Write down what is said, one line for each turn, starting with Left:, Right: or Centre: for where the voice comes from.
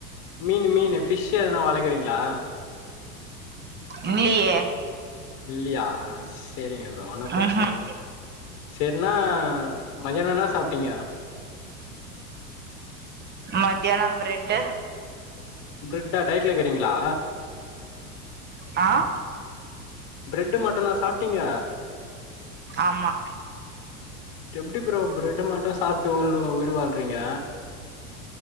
Left: மீனு மீனு ஃபிஷ்ஷு எதான வளக்குறீங்ளா
Right: இல்லையே
Left: இல்லியா செரிங்க ப்ரோ ஒன்னு பிரச்சன
Right: ம்ஹூம்
Left: இல்ல செரினா மதியானா என்னா சாப்டீங்க
Right: மதியானொ பிரெட்டு
Left: பிரெட்டா டையட்ல இருக்குறீங்ளா
Right: ஆ
Left: பிரெட்டு் மட்டனா சாப்டீங்க
Right: ஆமா
Left: எப்டி ப்ரோ பிரெட்டு மட்டு சாப்டு உயில் உயிர் வாழ்றீங்க